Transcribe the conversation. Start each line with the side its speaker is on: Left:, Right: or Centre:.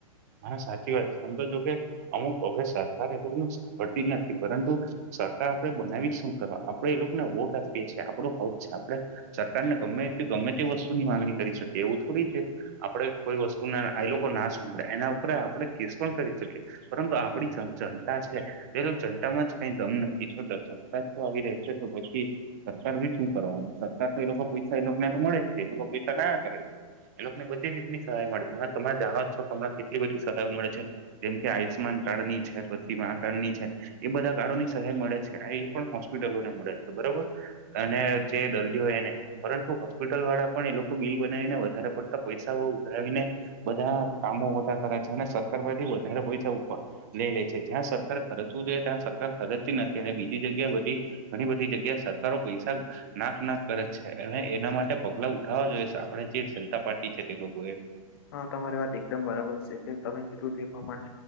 Right: હા સાચી વાત છે સમમ તો જો કે અમુક હવે સરકાર એલું બધું સાંભળતી નથી પરંતુ સરકાર આપડે બનાવી જ શું કરવા આપડે એ લોકોને વોટ આપીએે છીએ આપડો હક છે આપડે સરકાર ને ગમે તેટલી ગમે તે વસ્તુ ની માંગણી કરી શકે એવું થોડી છે આપડે કોઈ વસ્તુને એ લોકો ના સાંભળે એના ઉપ આપણે કેસ પણ કરી શકીએ પરંતુ આપડી જનતા છે પેલ જનતા માં જ કઈ દમ નથી છો જનતા જ આવી ર છે તો પછી સરકાર ભી શું કરવાનું સરકાર તો એ લોકો પૈસા એ લોકો ને તો મળે જ છે એ લોકો પૈસા કયા કરે છે એ લોકોને બધી જ રીતની સહાય મળે છે તમે જાણો છો તમને કેટલી બધી સહાય મળે છે જેમ કે આયુષ્યમાન કાર્ડ ની છે પછી કાર્ડ ની છે એ બધા કાર્ડોની સહાય મળે છે એ પણ હોસ્પિટલોને મળે છે બરોબર અને જે દર્દી હોય એને પરંતુ હોસ્પિટલ વાળા પણ એ લોકો બિલ બનાવીને વધારે પડતા પૈસાઓ ઉઘરાવીને બધા કામો બધા કરે છે અને સરકાર પથી વધારે પૈસા ઉપ લઈ લે છે જ્યાં સરકાર ખર્ચવું જોઈએ ત્યાં સરકાર તી નથી અને બીજી જગ્યા બધી ઘણી બધી જગ્યા સરકારો પૈસા નાક નાક કરે છે અને એના માટે પગલા ઉઠાવવા જોઈએ આપડે જે જનતા પાર્ટી છે તે લોકો એ
Left: હા તમારી વાત એકદમ બરાબર છે તમે કીધું તે પ્રમાણે